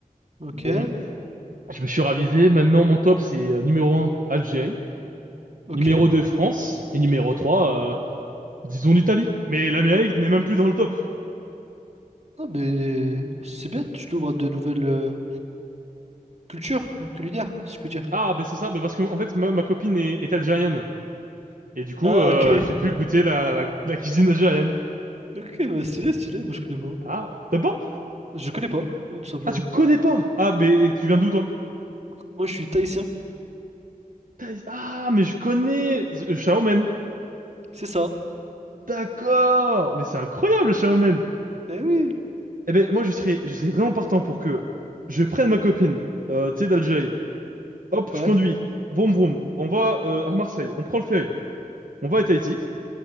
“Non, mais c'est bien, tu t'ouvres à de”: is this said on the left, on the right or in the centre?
Right